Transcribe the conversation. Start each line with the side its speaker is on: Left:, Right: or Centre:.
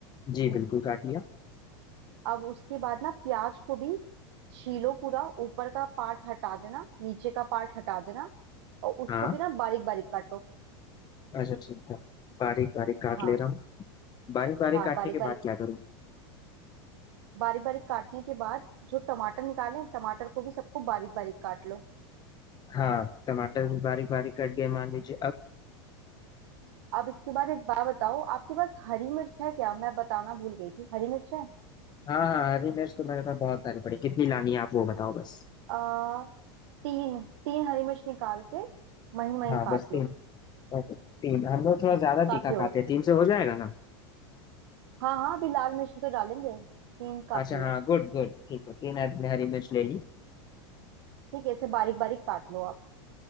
Left: जी बिल्कुल काट लिया
Right: अब उसके बाद ना प्याज को भी छीलो पूरा ऊपर का पार्ट हटा देना नीचे का पार्ट हटा देना और उसको
Left: हाँ
Right: भी ना बारीक बारीक काटो
Left: अच्छा ठीक है बारीक बारीक काट
Right: हाँ
Left: ले रहा हूँ बारीक बारीक
Right: हाँ
Left: काटने
Right: बारीक
Left: के
Right: बारीक
Left: बाद क्या करूँ
Right: बारीक बारीक काटने के बाद जो टमाटर निकाले हैं, टमाटर को भी सबको बारीक बारीक काट लो
Left: हाँ टमाटर भी बारीक बारीक कट गए मान लीजिए अब
Right: अब इसके बाद एक बात बताओ आपके पास हरी मिर्च है क्या मैं बताना भूल गई थी हरी मिर्च है
Left: हाँ हाँ हरी मिर्च तो मेरे पास बहुत सारी पड़ी कितनी लानी है आप वो बताओ बस
Right: आ, तीन तीन हरी मिर्च निकाल के महीन महीन
Left: हाँ
Right: काट
Left: बस तीन
Right: लो
Left: और तीन हम लोग थोड़ा ज्यादा
Right: काफी
Left: तीखा खाते
Right: होगा
Left: हैं तीन से हो जाएगा ना
Right: हाँ हाँ अभी लाल मिर्च भी तो डालेंगे तीन काफी
Left: अच्छा हाँ
Right: है
Left: गुड गुड ठीक है तीन हरी, हरी मिर्च ले ली
Right: ठीक है इसे बारीक बारीक काट लो आप